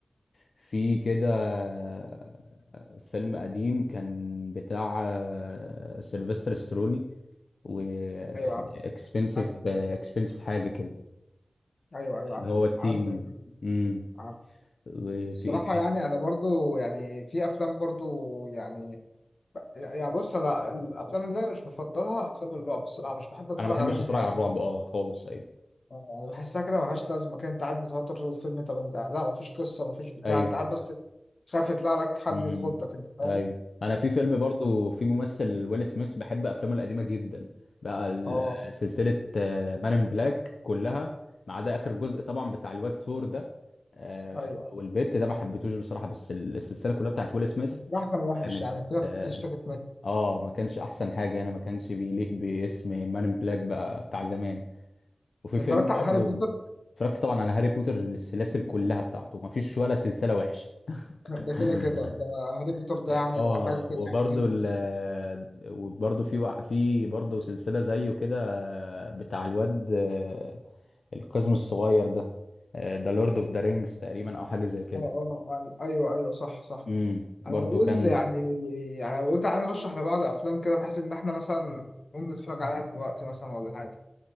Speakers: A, on the left; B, on the left.
A: في كده آه، فيلم قديم كان بتاع آه سيلفستر ستروني وكان
B: أيوه عارف
A: اكسبنسيف
B: عارف الموضوع.
A: اكسبنسيف حاجه كده
B: أيوه أيوه عارف
A: اللي هو
B: الموضوع.
A: التيم
B: عارف الموضوع.
A: امم
B: عارف
A: وفي
B: الصراحة
A: ايه تاني
B: يعني أنا برضو يعني في أفلام برضو يعني يعني بص أنا الأفلام اللي أنا مش بفضلها أفلام الرعب الصراحة مش بحب أتفرج
A: انا ما بحبش
B: عليها نهائي
A: اتفرج على الرعب اه خالص ايوه
B: يعني بحسها كده ملهاش لازمة كده أنت قاعد متوتر طول الفيلم طب أنت لا مفيش قصة مفيش بتاع
A: ايوه
B: أنت قاعد بس خايف يطلع لك حد
A: امم
B: يخضك أنت فاهم؟
A: ايوه انا في فيلم برضو في ممثل ويل سميث بحب افلامه القديمه جدا بقى ال-
B: اه
A: سلسله مان ان بلاك كلها ما عدا اخر جزء طبعا بتاع الواد ثور ده آه،
B: ايوه
A: والبت ده ما حبيتوش بصراحه بس السلسله كلها بتاعت ويل سميث
B: راح كان وحش
A: كانت
B: يعني في ناس
A: اه
B: كتير اشتكت منه
A: آه، ما كانش احسن حاجه يعني ما كانش بيليق باسم مان ان بلاك بقى بتاع زمان وفي
B: اتفرجت
A: فيلم برضو
B: على هاري بوتر
A: اتفرجت طبعا على هاري بوتر السلاسل كلها بتاعته ما فيش ولا سلسله وحشه <laughs>
B: ده كده كده ده هاري بوتر ده يعني
A: اه
B: حاجه كده
A: وبرضه
B: عجيبه
A: ال
B: بجد.
A: وبرضه في وع- في برضه سلسلة زيه كده آه، بتاع الواد آه، القزم الصغير ده ذا لورد اوف ذا رينجز تقريبا او حاجة زي كده
B: اه اه أي- ايوه ايوه صح صح
A: امم
B: انا
A: برضه
B: بقول
A: كان
B: يعني يعني انا قلت عايز ارشح لبعض افلام كده بحيث ان احنا مثلا نقوم نتفرج عليها دلوقتي مثلا ولا حاجه